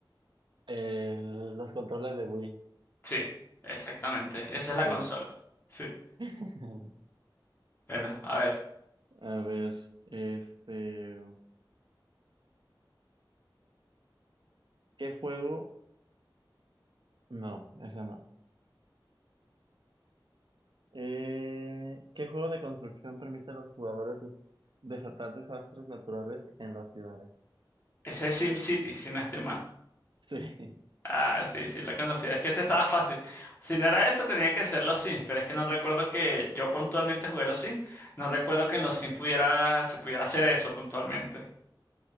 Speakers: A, on the right; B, on the left.
A: Eh, los controles de Wii,
B: Sí, exactamente. Esa
A: sí.
B: es la consola. Sí.
A: <laughs>
B: Bueno, a ver.
A: A ver, este, ¿qué juego? No, ese no. Eh, ¿qué juego de construcción permite a los jugadores des- desatar desastres naturales en las ciudades?
B: Ese es SimCity, si no estoy mal.
A: Sí.
B: Ah, sí, sí, la conocía. Es que ese estaba fácil. Si no era eso, tenía que ser los Sims, pero es que no recuerdo que yo puntualmente jugué los Sims. No recuerdo que en los Sims pudiera, se pudiera hacer eso puntualmente.